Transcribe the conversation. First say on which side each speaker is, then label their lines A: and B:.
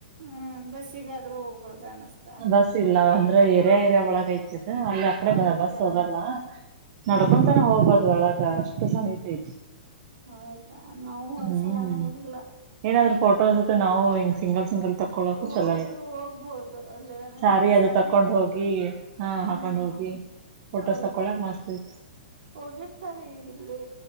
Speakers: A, on the right (about 75°); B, on the right (about 35°).
A: ಹ್ಮ್ ಬಸ್ಸಿಗಾದ್ರೂ ಹೋಗ್ಬೋದ ಅನಸ್ತ
B: ಬಸ್ ಇಲ್ಲ ಅಂದ್ರೆ ಏರಿಯಾ ಏರಿಯ ಒಳಗಐತಿ ಅಲ್ಲಿ ಅಕಡೆ
A: ಹೌದಾ
B: ಬಸ್ ಹೋಗಲ್ವಾ ನಡ್ಕೊಂತಾನೆ
A: ಹ್ಮ್
B: ಹೋಗ್ಬೋದು ಒಳಗ ಷ್ಟ ಸಹಪೇ
A: ಹೌದಾ ನಾವು ಒಂದ್ಸಲಾನು
B: ಹ್ಮ್
A: ಹೋಗಿಲ್ಲ
B: ಏನಾದ್ೂ ಫೋಟೋಸ್ ನಾವು ಹಂಗ ಸಿಂಗಲ್ ಸಿಂಗಲ್ ತಕೊಳಕು
A: ಹೋಗಿ
B: ಚಲೋ ಇತೆ
A: ಹೋಗ್ಬೋದು ಅಲ್ಲಿ
B: ಸಾರಿ
A: ನಾವ್
B: ಅದು
A: ಸರಿ
B: ತಕೊಂಡ್ ಹೋಗಿ ಹ
A: ಹ್ಮ್
B: ಹಾಕೊಂಡ್ ಹೋಗಿ ಫೋಟೋಸ್
A: ಹೌದು
B: ತಕೊಳಕ್ ಮಾಸ್ತ್ೈತಿ
A: ಹೋಗಿರ್ತಾರೆ ಈಗಿಲ್ಲಿ